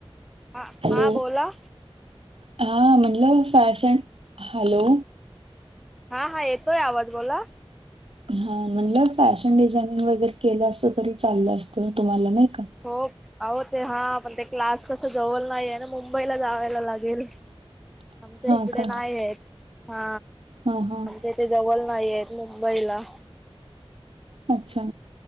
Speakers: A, in the centre; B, on the right (about 70°).
A: हा
B: हॅलो
A: हा बोला
B: हा म्हणलं फॅशन हॅलो
A: हा हा येतोय आवाज बोला
B: हा म्हणलं फॅशन डिझाइनिंग वगैरे केलं असतं तरी चाललं असतं तुम्हाला नाही का?
A: हो अहो ते हा पण ते क्लास कसं जवळ नाही आहे ना मुंबईला जावायला लागेल
B: <inaudible>
A: आमच्या हीकडे
B: का
A: नाही आहेत हा
B: हा हा
A: आमच्या ते जवल नाही हेत मुंबईला
B: अच्छा